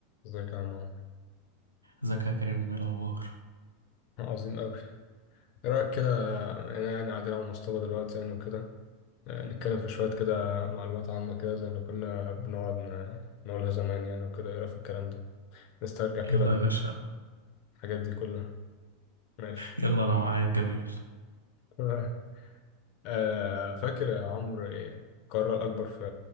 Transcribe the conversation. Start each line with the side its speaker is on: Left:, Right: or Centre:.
Left: ازيك يا عم عمرو
Right: ازيك يا كريم ايه الاخبار
Left: آه، عظيم أوي ايه رأيك كده انا يعني قاعدين على المصطبة دلوقتي يعني وكده آه، نتكلم في شوية كده معلومات عامة كده زي اللي كنا بنقعد ن- نقولها زمان يعني وكده ايه رأيك في الكلام ده نسترجع
Right: يلا
Left: كده
Right: يا باشا
Left: الحاجات دي كلها ماشي
Right: يلا انا معاك جميل
Left: <laughs> آه، فاكر يا عمرو إيه القارة الأكبر في